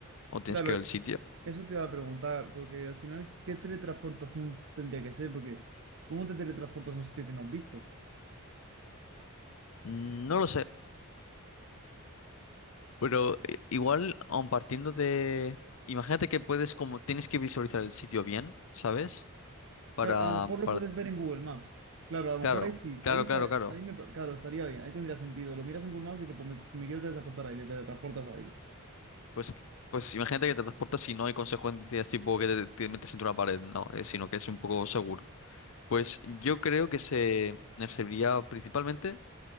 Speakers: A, on the left; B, on the right.
A: o tienes
B: Claro,
A: que ver el sitio.
B: eso te iba a preguntar, porque al final, ¿qué teletransportación tendría que ser? Porque, ¿cómo te teletransportas a un sitio que no has visto?
A: No lo sé. Pero eh, igual, aun partiendo de. Imagínate que puedes, como tienes que visualizar el sitio bien, ¿sabes? Para,
B: Claro, a lo mejor lo
A: para,
B: puedes ver en Google Maps. Claro, a lo
A: claro,
B: mejor ahí sí,
A: claro,
B: ahí estar,
A: claro, claro.
B: ahí me, pa- claro, estaría bien, ahí tendría sentido. Lo miras en Google Maps y dices, pues me, me quiero teletransportar ahí, te teletransportas ahí.
A: Pues, pues imagínate que te transportas y no hay consecuencias tipo que te, te metes entre una pared, no, eh, sino que es un poco seguro. Pues yo creo que se me serviría principalmente